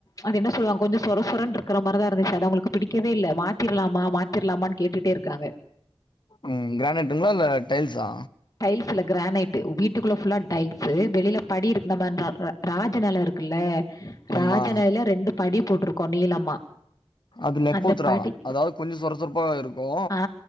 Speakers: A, on the left; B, on the left.
A: அது என்ன சொல்லுவாங்க கொஞ்சோ சொரசொரன்னு இருக்க மாரிதா இருந்துச்சு அது அவங்களுக்கு பிடிக்கவே இல்ல மாத்திர்லாமா மாத் த்திர்லாமான்னு கேட்டுட்டே இருக்காங்க
B: ம் கிரானைட்டுங்களா இல்ல டைல்ஸா
A: டைல்ஸ் இல்ல கிரானைட்டு வீட் வீட்டுகுள்ள ஃபுல்லா டைல்ஸு வெளில படி இரு நம்ம இந்த ரா ராஜ நெல இருக்குல
B: ஆமா
A: ராஜ நெலேல ரெண்டு படி போட்ருக்கோ நீளம்மா
B: அது லெப்போத்ரா
A: அந்த படி
B: அதாவது கொஞ்சோ சொர சொரப்பா இருக்கு
A: ஆ